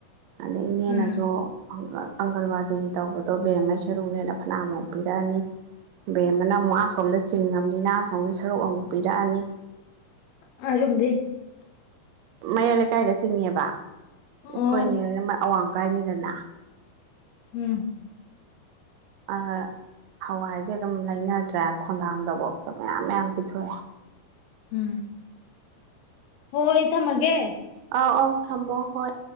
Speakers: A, on the right; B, on the left.
A: ꯑꯗ ꯏꯅꯦꯅꯁꯨ
B: ꯎꯝ
A: ꯑꯪꯒꯜꯋꯥꯗꯤꯒꯤ ꯇꯧꯕꯗꯣ ꯕꯦꯝ ꯑꯃ ꯁꯔꯨꯛꯅꯦꯅ ꯐꯅꯃꯨꯝ ꯄꯤꯔꯛꯑꯅꯤ ꯕꯦꯝ ꯑꯃꯅ ꯑꯃꯨꯛ ꯑꯁꯣꯝꯗ ꯆꯤꯡꯉꯅꯤꯅ ꯑꯁꯣꯝꯒꯤ ꯁꯔꯨꯛ ꯑꯃꯨꯛ ꯄꯤꯔꯛꯑꯅꯤ
B: <unintelligible>
A: ꯃꯌꯥꯏ ꯂꯩꯀꯥꯏꯗ ꯆꯤꯡꯅꯦꯕ ꯑꯩꯈꯣꯏꯅꯦ
B: ꯑꯣ
A: ꯑꯋꯥꯡꯀꯥꯏꯅꯤꯗꯅ
B: ꯎꯝ
A: ꯑ ꯍꯋꯥꯏꯗꯤ ꯑꯗꯨꯝ ꯂꯩꯅꯗ꯭ꯔꯦ ꯈꯣꯟꯗꯥꯝꯗꯕꯥꯎꯗ ꯃꯌꯥꯝ ꯃꯌꯥꯝ ꯄꯤꯊꯣꯛꯑꯦ
B: ꯎꯝ ꯍꯣꯏ ꯑꯩ ꯊꯝꯃꯥꯒ
A: ꯑꯥꯎ ꯑꯥꯎ ꯊꯝꯃꯣ ꯍꯣꯏ